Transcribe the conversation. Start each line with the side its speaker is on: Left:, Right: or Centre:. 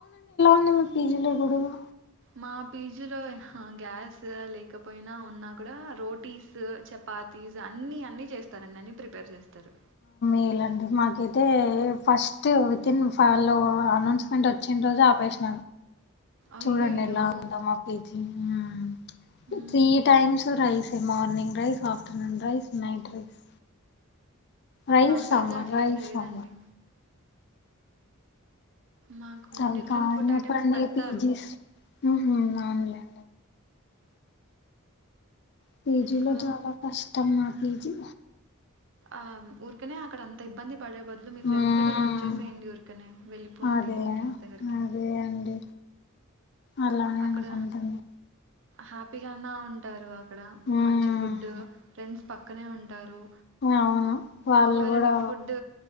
Left: నిమి పీజీలో గొడవలు
Right: మా పీజీలో హ గ్యాస్ లేకపోయినా ఉన్నా కూడా రోటీస్, చపాతీ పిజ్జా అన్ని అన్ని చేస్తారుని అన్ని ప్రిపేర్ చేస్తారు.
Left: మెలండి మాకైతే first within five announcement వచ్చిన రోజు ఆపేసారు.
Right: అయ్యయ్యో!
Left: చూడండి ఎలా ఉందొ మా పీజీ ఉమ్
Right: హ్మ్.
Left: త్రీ టైమ్స్ రైసె morning rice, afternoon rice, night rice. Rice
Right: మాకైతే
Left: సాంబార్
Right: అట్ల
Left: రైస్
Right: ఏం లేదండి.
Left: సాంబార్
Right: మాకు
Left: తలి
Right: డిఫరెంట్
Left: కాయినప్పుడు
Right: ఫుడ్ ఐటమ్స్
Left: అండి
Right: పెడతారు
Left: పీజీస్ ఉహు
Right: మ్మ్
Left: అవును లె పీజీలో
Right: ఇంకా
Left: చాలా కష్టమ్ మా పీజీ
Right: ఆ ఊరికనే అక్కడ అంత ఇబ్బంది పడే బదులు మీ ఫ్రెండ్స్
Left: మ్మ్.
Right: దగ్గరకి వచ్చేసేయండి ఊరికనే వెళ్ళిపోండి
Left: అదే
Right: మీ ఫ్రెండ్స్ దగ్గరకి
Left: అదే అండి అలానే
Right: అక్కడ
Left: అనుకుంటుంది
Right: హ్యాపీగాన్నా ఉంటారు ఇక్కడ
Left: మ్మ్
Right: మంచి ఫుడ్, ఫ్రెండ్స్ పక్కనే ఉంటారు.
Left: అవును వాళ్ళు
Right: ఒకవేళ
Left: కూడా
Right: నీకు ఫుడ్